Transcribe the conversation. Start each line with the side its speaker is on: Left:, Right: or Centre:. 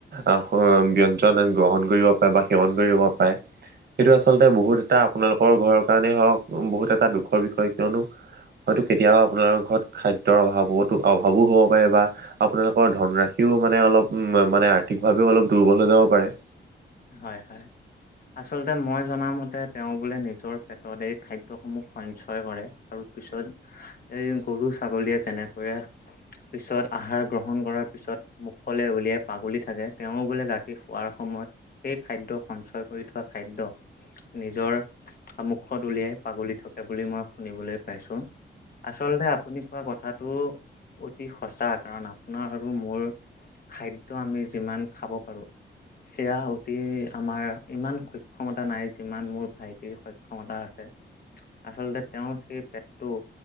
Right: আহ ব্যঞ্জন গ্ৰহণ কৰিব পাৰে বা সেৱন কৰিব পাৰে। সেইটো আচলতে বহুত এটা আপোনালোকৰ ঘৰৰ কাৰণেই হওক বহুত এটা দুখৰ বিষয়, কিয়নো হয়তো কেতিয়াবা আপোনাৰ ঘৰত খাদ্যৰ অভাৱতো অভাৱো হ'ব পাৰে বা আপোনালোকৰ ধনৰাশিও মানে অলপ মানে আৰ্থিকভাৱেও অলপ দুৰ্বল হৈ যাব পাৰে।
Left: হয় হয়। আচলতে, মই জনামতে তেওঁ বোলে নিজৰ পেটত এই খাদ্যসমূহ সঞ্চয় কৰে। তাৰ পিছত এই গৰু ছাগলীয়ে যেনেকৈ পিছত আহাৰ গ্ৰহণ কৰাৰ পিছত মুখলৈ উলিয়াই পাগুলী থাকে, তেওঁ বোলে ৰাতি শোৱাৰ সময়ত সেই খাদ্য সঞ্চয় কৰি থোৱা খাদ্য নিজৰ মুখত উলিয়াই পাগলী থাকে বুলি মই শুনিবলৈ পাইছো। আচলতে, আপুনি কোৱা কথাটো অতি সঁচা, কাৰণ আপোনাৰ আৰু মোৰ খাদ্য আমি যিমান খাব পাৰো, সেয়া প্ৰতি আমাৰ ইমান সক্ষমতা নাই, যিমান মোৰ ভাইটিৰ সক্ষমতা আছে। আচলতে, তেওঁৰ সেই পেটটো